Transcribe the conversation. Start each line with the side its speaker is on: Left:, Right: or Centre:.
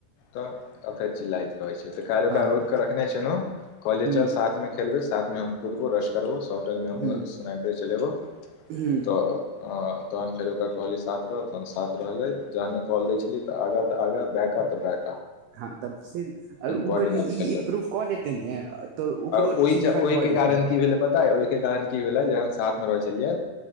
Left: तऽ फेर चिल्लाइत रहैत छै तऽ काल्हि
Right: हँ
Left: ओकरा रोक क रखने छैहु कले
Right: हुँ
Left: चल साथ मे खेलबै साथमे हम कुदबो रश करबौ सॉफ्ट ड्रिन्कमे हमहुूँ
Right: हुँ
Left: सनाइपे चलेबौ
Right: हुँ
Left: तऽ आऽ तहन फेर ओरा कहली साथ रह तहन साथ रहलै जहने कॉल दै छलिए आग त आगा बैक त बैक।
Right: हँ तब ओ
Left: बड्ड
Right: कनि
Left: नीक
Right: ई
Left: खेललक
Right: इम्प्रूफ कऽ देतै ने तऽ ओकरो
Left: आ ओहि
Right: ठीक ठाक
Left: ओहिके
Right: भऽ जेतै
Left: कारण की भेलै पताया के कारण की भेलै जखन साथ मे रहै छलियै